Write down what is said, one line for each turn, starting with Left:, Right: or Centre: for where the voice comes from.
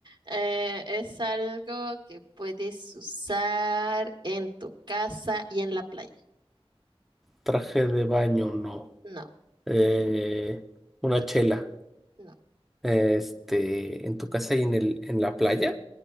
Right: Eh, es algo que puedes usar en tu casa y en la playa.
Centre: Traje de baño, no.
Right: No,
Centre: Eh, una chela.
Right: no.
Centre: Este, en tu casa y en el, en la playa,